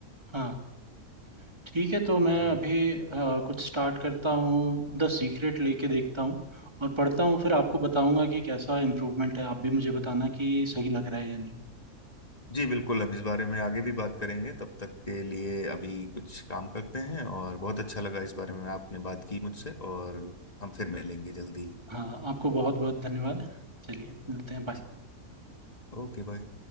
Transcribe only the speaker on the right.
हाँ ठीक है तो मैं
अभी अ, कुछ स्टार्ट करता हूँ द सीक्रेट लेके देखता हूँ और पढ़ता हूँ फिर आपको बताऊंगा कि कैसा इम्प्रूवमेंट है आप भी मुझे बताना कि सही लग रहा है या नहीं
हाँ आपको बहुत बहुत धन्यवाद चलिए मिलते हैं बाय